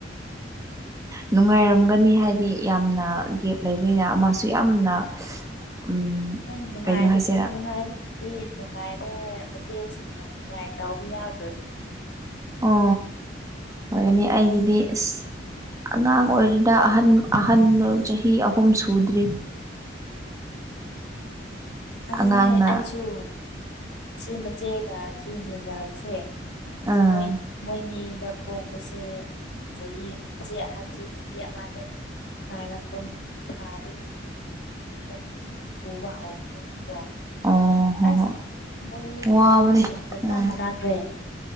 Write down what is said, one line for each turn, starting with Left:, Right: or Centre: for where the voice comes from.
Right: ꯅꯨꯡꯉꯥꯏꯔꯝꯒꯅꯤ ꯍꯥꯏꯗꯤ ꯌꯥꯝꯅ ꯒꯦꯞ ꯂꯩꯕꯅꯤꯅ ꯃꯥꯁꯨ ꯌꯥꯝꯅ ꯎꯝ
Left: ꯍꯣꯏ ꯅꯨꯡꯉꯥꯏꯕ
Right: ꯀꯩꯅꯣ ꯍꯥꯏꯁꯤꯔꯥ
Left: ꯅꯨꯡꯉꯥꯏꯕ ꯑꯗꯨꯗꯤ ꯅꯨꯡꯉꯥꯏꯔꯦ ꯃꯆꯦꯁꯤꯡꯅꯅꯤꯡꯉꯥꯏ ꯇꯎꯕ ꯌꯧꯗ꯭ꯔꯕ
Right: ꯑꯣ ꯑꯣꯏꯔꯅꯤ ꯑꯩꯒꯤꯗꯤ ꯑꯁ ꯑꯉꯥꯡ ꯑꯣꯏꯔꯤꯗ ꯑꯍꯟ ꯑꯍꯟꯗꯣ ꯆꯍꯤ ꯑꯍꯨꯝ ꯁꯨꯗ꯭ꯔꯤ
Left: ꯑꯗꯨꯅꯦ
Right: ꯑꯉꯥꯡꯅ
Left: ꯑꯩꯁꯨ ꯁꯤ ꯃꯆꯦꯒ ꯁꯤ ꯃꯤꯗꯜꯁꯦ
Right: ꯑꯥ
Left: ꯃꯣꯏ ꯃꯣꯏꯅꯤꯗ ꯄꯣꯛꯄꯁꯦ ꯆꯍꯤꯁꯦ ꯑꯍꯟꯁꯦ ꯆꯍꯤ ꯑꯃ ꯍꯦꯛ ꯊꯥꯔꯛꯄ ꯊꯥꯗꯒꯤ ꯑꯃꯨꯛ ꯄꯨꯕ ꯍꯧꯕꯅꯦꯕꯀꯣ
Right: ꯑꯣ ꯍꯣ
Left: ꯑꯁ
Right: ꯍꯣ
Left: ꯃꯣꯏꯅꯤꯗꯤ
Right: ꯋꯥꯕꯅꯦ
Left: ꯇꯨꯟꯁꯀ
Right: ꯎꯝ
Left: ꯆꯞꯃꯟ ꯅꯥꯈ꯭ꯔꯦ